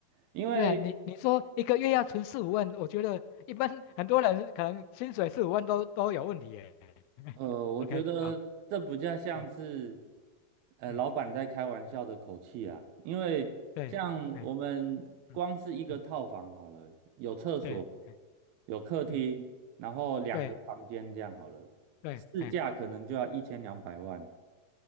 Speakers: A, on the right; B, on the left.
A: 因为
B: 对啊，你你说一个月要存四五万，我觉得一般很多人可能薪水四五万都都有问题耶。<laughs>
A: 呃，我觉得这比较像是，
B: OK，好，嗯
A: 呃，
B: 嗯，
A: 老板在开玩笑的口气啊。因为像我们光是一个套房好了，
B: 对，哎嗯嗯
A: 有厕所，
B: 对，哎
A: 有客厅，
B: 嗯
A: 然后两个房间这样好了，
B: 对对，
A: 市价可能就要一千两百万。
B: 哎